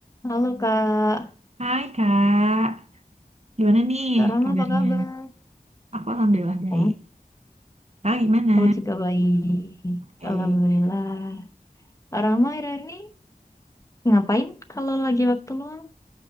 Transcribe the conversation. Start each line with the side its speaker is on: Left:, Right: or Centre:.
Left: Halo Kak,
Right: Hai Kak, gimana nih
Left: Kak Rama
Right: kabarnya?
Left: apa kabar?
Right: Aku alhamdulillah baik.
Left: Om,
Right: Kak gimana?
Left: aku juga baik.
Right: Baik.
Left: Alhamdulillah. Kak Rama akhir-akhir ini ngapain kalau lagi waktu luang?